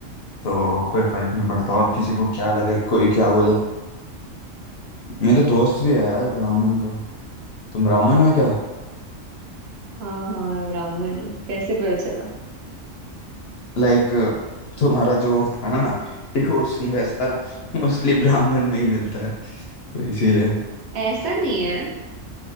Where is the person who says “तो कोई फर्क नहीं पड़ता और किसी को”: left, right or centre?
Left